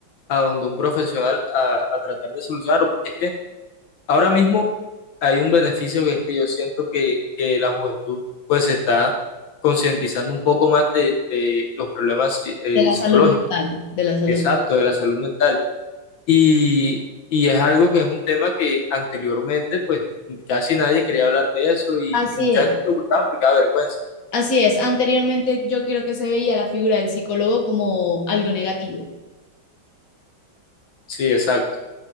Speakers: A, on the left; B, on the left.
A: a donde un profesional a, a tratar de solucionarlo, porque es que Ahora mismo hay un beneficio que es que yo siento que, que la juventud pues se está concientizando un poco más de, de los problemas psi- eh,
B: de la
A: psicológicos,
B: salud mental, de la salud.
A: exacto, de la salud mental. Y, y es algo que es un tema que anteriormente pues casi nadie quería hablar de eso y,
B: Así
A: y mucha
B: es.
A: gente lo ocultaba porque da vergüenza.
B: Así es, anteriormente yo creo que se veía la figura del psicólogo como algo negativo.
A: Sí, exacto,